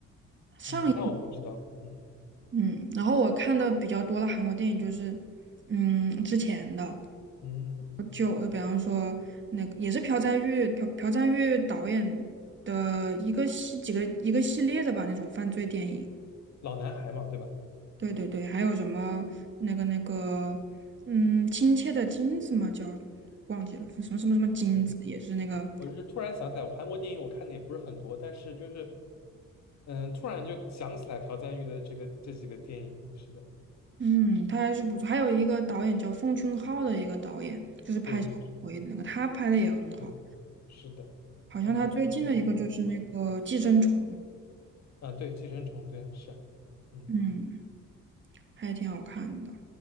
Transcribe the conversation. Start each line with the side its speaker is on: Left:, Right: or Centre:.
Right: 上一
Left: 嗯，那我不知道。嗯
Right: 嗯，然后我看的比较多的韩国电影就是嗯之前的。
Left: 嗯，
Right: 久的，比方说那个也是朴赞郁朴朴赞郁导演的一个系几个一个系列的吧，那种犯罪电影。
Left: 老男孩嘛，对吧？
Right: 对对对，还有什么那个那个嗯，亲切的金子嘛，叫忘记了什么什么什么金子，
Left: 对，
Right: 也是那个
Left: 我就是突然想起来，我韩国电影我看的也不是很多，但是就是嗯，突然就想起来朴赞郁的这个这几个电影，是的，
Right: 嗯，他还是不错。还有一个导演叫奉俊昊的一个导演，就是拍杀人回忆的那个，
Left: 对对
Right: 他拍的也很好。
Left: 对，是的，
Right: 好像他最近的一个就是那个《寄生虫》，
Left: 嗯，还是有些导演啊，对，《寄生虫》，对啊，是啊，嗯，
Right: 嗯，还挺好看的。